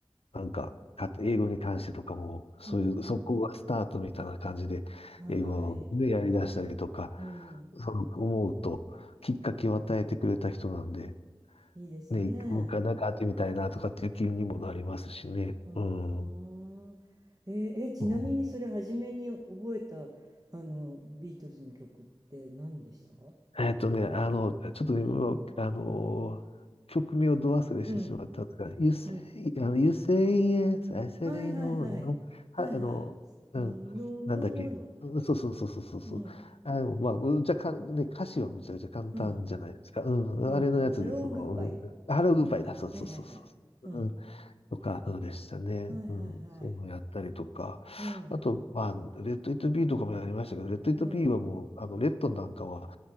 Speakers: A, on the left; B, on the right.
A: なんか、か英語に関してとかも、そういう、
B: うん、
A: そこがスタートみたいな感じで、
B: はーい、
A: 英語でやり出したりとか、
B: うん、
A: その思うと、きっかけを与えてくれた人なんで、
B: いいですね。
A: ね、もう一回なんか会ってみたいなとかっていう気にもなりますしね。
B: はあ。
A: うん。
B: えーえ、ちなみにそれ初めに覚えた、
A: うん
B: あの、ビートルズの曲って何でした
A: えっとね、あの、ちょっと今、もうあの、曲名をど忘れしてしまったんですが、
B: うん、
A: You say,
B: うん。
A: あの、You say yes, I say
B: はいはいはい。
A: no, は、
B: はいはい。
A: あの、うん、
B: ノーノーノーの。
A: なんだっけ。うんそうそうそうそうそうそう。
B: うん、
A: あ、でもまあ、うんじゃか、ね、歌詞はむちゃくちゃ簡単じゃないですか。
B: うん、
A: うん、
B: うん、
A: あれのやつです。
B: うん。ハローグッバイ。
A: その、うん、ハローグッバイだ。
B: か。
A: そうそうそうそ
B: はいはいはい。うん。
A: う。とかでしたね。
B: はいはいはい。
A: うん。そういうのをやったりとか。
B: うん、
A: あと、まあ、レッド・イット・ビーとかもやりましたけど、レッド・イット・
B: うん。
A: ビーはもう、あの、レッドなんかは、